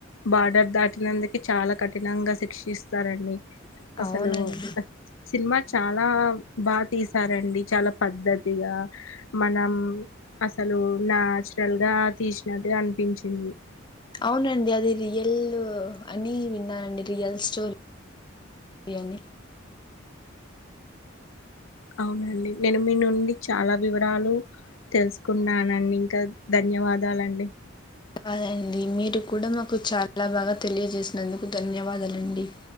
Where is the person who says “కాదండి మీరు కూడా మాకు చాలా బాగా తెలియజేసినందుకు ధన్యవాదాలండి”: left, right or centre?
Left